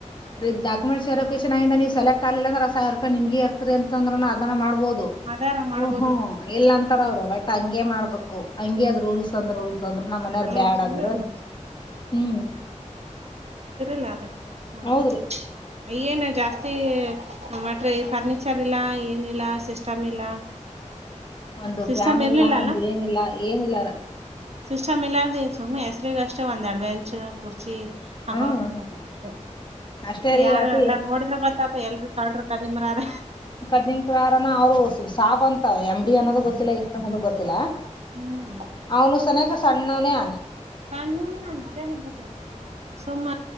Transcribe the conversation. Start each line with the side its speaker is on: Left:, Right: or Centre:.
Left: ಇ ಡಾಕುಮೆಟ್ಸ್ವೆರಿಫಿಕೇಶನ್ ನೀವು ಸಲೆಕ್ಟ್ ಆಿಲ್ಲ ಅ್ರ ಸಾವಿ ರೂಪಾಯ ನಿಮ್ಗೆ ಇರ್ದೆ ಅಂದ್ರ ಅದ ಮಾಡ ಬೋದು
Right: ಅದಾರ ಮಾಡ್ಬೋದಿತ್ತು
Left: ಹ್ಮ್ ಹ್ಮ್ ಎಲ್ಲ ಅಂತಾರ ಅವರು ತಂಗಗೆ ಮಾಡ್ಬೇಕು ಹಂಗಗೆ ಅದ ರೂಲ್ಸ್ ಅಂದ್ರ ರೂಲ್ಸ್ ಅಂದ್ರ ನಮ್ಮ ಮನೆಯವಾರ
Right: ರೂಲ್ಸ್
Left: ಬ್ಯಾಡ
Right: ಅಂದ್ರೆ
Left: ಅಂದ್ರ
Right: ರೂಲ್ಸ್
Left: ಹ್ಮ್
Right: ಲ್ಲಾದೆ ಹ್ಮ
Left: ಹೌದ್ರಿ
Right: ಏನು ಜಾಸ್ತಿ ಮಟೆ ಫರ್ನಿಚರ್ ಇಲ್ಲ ಏನಿಲ್ಲ ಸಿಸ್ಟಮ್ ಇಲ್ಲ
Left: ಒಂದು
Right: ಸಿಸ್ಟಮ್
Left: ಪ್ಯಾನ್
Right: ಇರ್ಲಿಲ್ಲ
Left: ಇಲ್ಲ ಒಂದ ಏನ ಇಲ್ಲ ಏನಿಲ್ಲಾರ
Right: ಸಿಸಷ್ಟಟರ್ ಮಿಲೆಾರ ದು ಮ ಹೆಸರಿ ಗಷ್ಟ ವಧಾಡಬ್ಯಾಚ್ ಕುರ್ತ ಚ್ಚಿ ಹಾಕೊಂಡ್
Left: ಹ್ಮ್
Right: ಕುಂತಾರಷ್ಟೆ
Left: ಅಷ್ಟೇ ರೀ
Right: ಯಾರು
Left: ಅದ್
Right: ಎಲ್ಲಾ ನೋಡಿದ್ರ ಬತ್ತಾತ ಎಲ್ರ ಕಳ್ರ ಕದಿಮರಾರ
Left: ಕದಿಮ ಯಾರ ಅವರು ಸಾವಂತ ಗತ್ತ ಎಮ ಡಿ ಅನ್ನೋದು ಗೊತ್ತಿಲ್ಲ ಏ ಅನ್ನೋದು ಗೊತ್ತಿಲ್ಲ
Right: ಹ್ಮ್
Left: ಅವನು ಸನ ಕ ಸಣ್ಣವನನ್
Right: ಸಣ್ಣುಲ್ಲ ಅದೇ ನತ ಸುಮ್ಮ